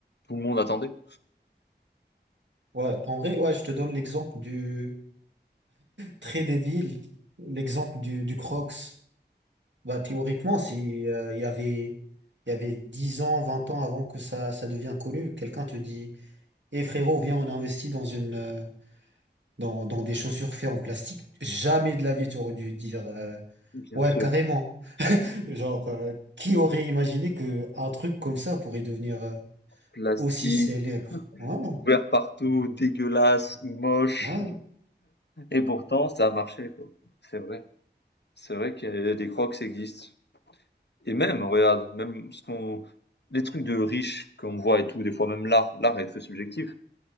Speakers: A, on the left; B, on the right.
A: tout le monde attendait.
B: Ouais, en vrai, ouais, je te donne l'exemple du très débile, l'exemple du, du Crocs. Bah, théoriquement, si euh, il y avait, il y avait 10 ans, 20 ans avant que ça, ça devienne connu, quelqu'un te dit, Eh frérot, viens, on investit dans une, euh, dans, dans des chaussures faites en plastique. Jamais de la vie, tu aurais dû dire, euh,
A: Bien
B: ouais,
A: sûr,
B: carrément. <laughs> Genre, euh, qui aurait imaginé que un truc comme ça pourrait devenir euh,
A: plastique,
B: aussi célèbre? Ouais,
A: ouvert partout, dégueulasse, moche.
B: ouais,
A: Et pourtant, ça a marché, quoi. C'est vrai. C'est vrai que des Crocs existent. Et même, regarde, même ce qu'on, les trucs de riches qu'on voit et tout, des fois même l'art, l'art est très subjectif.